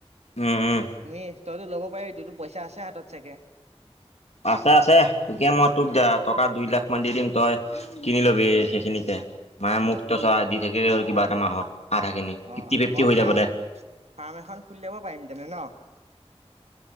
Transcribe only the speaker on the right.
তুমি তইতো ল'ব পাৰিবি তইতো পইচা আছে হাতত চাগে।
অ
মই
ফাৰ্ম
ফাৰ্ম এখন খুলি ল'ব পাৰিম তেনে ন।